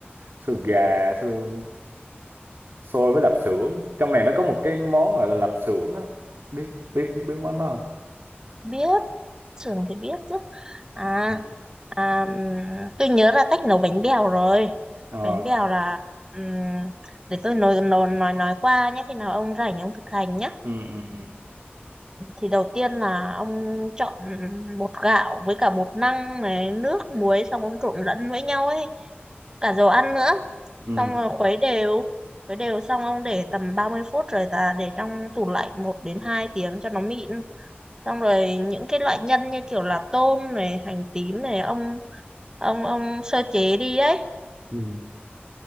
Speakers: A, on the right; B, on the right.
A: xôi gà xôi xôi với lạp xưởng trong này nó có một cái món gọi là lạp xưởng á biết biết biết món đó không
B: biết sườn thì biết chứ à,
A: ừ.
B: à tôi nhớ là cách nấu bánh bèo rồi
A: Ờ.
B: bánh bèo là ừm, để tôi nói nói nói nói qua nhé khi nào ông rảnh ông thực hành nhé
A: ừ ừ ừ
B: thì đầu tiên là ông chọn bột gạo với cả bột năng này nước muối xong ông trộn lẫn với nhau ấy cả dầu ăn nữa
A: ừ
B: xong rồi khuấy đều khuấy đều xong ông để tầm ba mươi phút rồi ta để trong tủ lạnh một đến 2 tiếng cho nó mịn xong rồi những cái loại nhân như kiểu là tôm này hành tím này ông ông ông sơ chế đi ấy
A: ừ